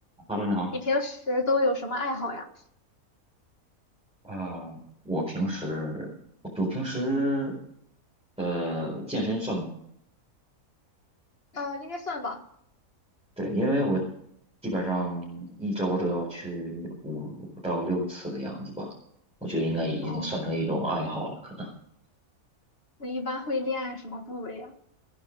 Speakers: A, in the centre; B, on the left.
A: 哈喽，你好。
B: 你平时都有什么爱好呀？
A: 啊、我平时我我平时呃健身算吗？
B: 呃，应该算吧。
A: 对，因为我基本上一周都要去五到六次的样子吧，我觉得应该已经算成一种爱好了，
B: 嗯，
A: 可能。
B: 你一般会练什么部位呀？